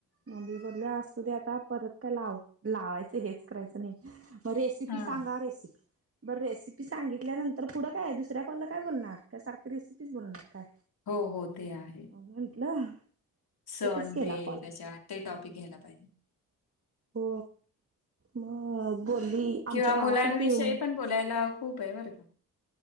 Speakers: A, on the right; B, on the left.
A: मग मी बोललो,, असूदे आता परत काय लाव, लावायचं हेच करायचं नाही. म रेसिपी
B: हा.
A: सांगा,, रेसिपी, बरं रेसिपी सांगितल्यानंतर पुढं काय? य दुसऱ्या कॉलला काय बोलणार. का सारंख रेसिपीज बनवणार काय?
B: हो, हो, ते ऽआहे.
A: मग म्हंटलं
B: सण
A: एकच केला
B: ते,
A: कॉल
B: त्याच्या ते टॉपिक घ्यायला पाहिजे.
A: हो, मग बोलली, आमच्या
B: किंवा मुलांविषयी
A: गावाकडती येऊनऽऽ
B: पण बोलायला खूप आहे बरं का.